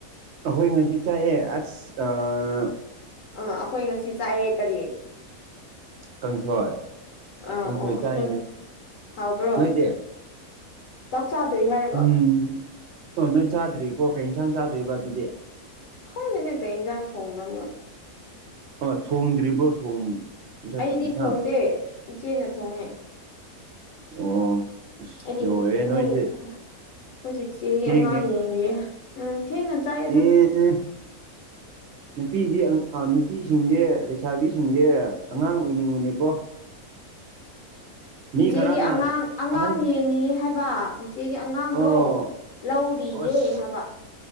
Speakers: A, on the right; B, on the left.
A: ꯑꯩꯈꯣꯏ ꯉꯁꯤ ꯆꯥꯏꯑꯦ ꯑꯁ ꯑꯥ
B: ꯑ ꯑꯩꯈꯣꯏ ꯉꯁꯤ ꯆꯥꯏꯌꯦ ꯀꯔꯤ
A: ꯀꯥꯡꯁꯣꯏ
B: ꯑꯥ
A: ꯀꯥꯡꯁꯣꯏ
B: ꯑꯣ ꯑꯩꯈꯣꯏ
A: ꯆꯥꯏꯅꯦ
B: ꯍꯥꯎꯕ꯭ꯔꯣ
A: ꯅꯣꯏꯗꯤ
B: ꯆꯥꯛ ꯆꯥꯗ꯭ꯔꯤ ꯍꯥꯏꯔꯣ
A: ꯎꯝ ꯑꯣ ꯅꯣꯏ ꯆꯥꯗ꯭ꯔꯤꯀꯣ ꯀꯩ ꯌꯦꯟꯁꯥꯡ ꯆꯥꯗꯣꯏꯕ ꯑꯗꯨꯗꯤ
B: ꯈꯟꯂꯤꯅꯦ ꯀꯩ ꯏꯟꯖꯥꯡ ꯊꯣꯡꯕ ꯃꯣꯏ
A: ꯑ ꯊꯣꯡꯗ꯭ꯔꯤꯕꯣ ꯊꯣꯡ ꯏꯟꯁꯥꯡ
B: ꯑꯩꯗꯤ ꯊꯣꯡꯗꯦ ꯏꯆꯦꯅ ꯊꯣꯡꯉꯦ
A: ꯑꯣ
B: ꯍꯥꯏꯗꯤ
A: ꯂꯣꯏꯔꯦ ꯅꯣꯏꯁꯦ
B: ꯑꯩꯈꯣꯏ ꯈꯣꯏꯆꯤꯆꯦꯒꯤ
A: ꯊꯦꯡꯉꯦ
B: ꯑꯉꯥꯡ ꯌꯦ ꯎꯝ ꯊꯦꯡꯅ ꯆꯥꯏ ꯑꯗꯨꯝ
A: ꯑꯦ ꯑꯦ ꯅꯨꯄꯤꯗꯤ ꯅꯨꯄꯤꯁꯤꯡꯖꯦ ꯂꯩꯁꯥꯕꯤꯁꯤꯡꯖꯦ ꯑꯉꯥꯡ ꯑꯣꯏꯅꯤꯡꯕꯅꯦꯀꯣ
B: ꯆꯤꯆꯦꯒꯤ
A: ꯃꯤ ꯈꯔꯅ
B: ꯑꯉꯥꯡ ꯑꯉꯥꯡ
A: ꯑꯍꯟ
B: ꯌꯦꯡꯉꯤꯌꯦ ꯍꯥꯏꯕ ꯏꯆꯦꯒꯤ ꯑꯉꯥꯡꯗꯣ
A: ꯑꯣ
B: ꯂꯧꯔꯤꯌꯦ
A: ꯑꯁ
B: ꯍꯥꯏꯕ